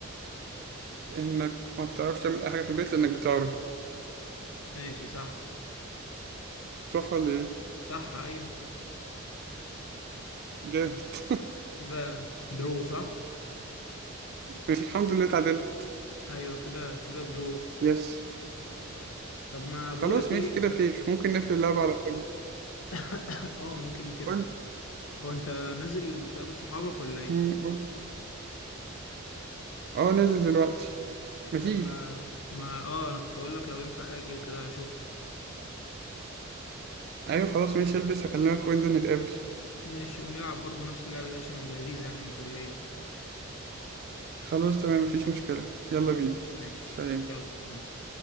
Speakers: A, on the right (about 50°); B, on the left (about 65°).
A: انك ما بتعرفش تعمل اي حاجه في البيت لانك بتعرف
B: ماشي صح
A: صح ولا ايه
B: صح ايوه
A: جامد <laughs>
B: كده درو صح
A: ماشي الحمد لله اتعدلت
B: ايوه كده كده درو
A: يس
B: طب ما
A: خلاص
B: بقول لك ايه
A: ماشي كده
B: انت
A: فير ممكن نقفل اللعبه على كده
B: <coughs> اه ممكن كده
A: قول
B: فعلا هو انت نازل تقابل صحابك ولا ايه
A: مم، قول اه نازل دلوقتي ما تيجي
B: طب ما ما اه انا كنت اقول لك لو ينفع اجي وكده اشوفك
A: ايوه خلاص ماشي البس هكلمك وننزل نتقابل
B: ماشي ونلعب برضه نفس اللعبة دي عشان لذيذة يعني مسلية
A: خلاص تمام مفيش مشكله يلا بينا
B: طيب. ماشي
A: سلام
B: يلا سلام